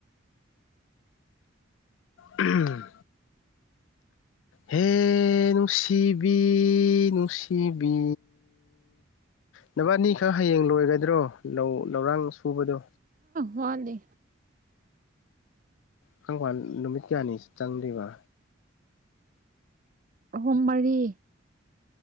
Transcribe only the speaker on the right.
ꯍꯅꯤ
ꯍꯍꯨꯝ ꯃꯔꯤ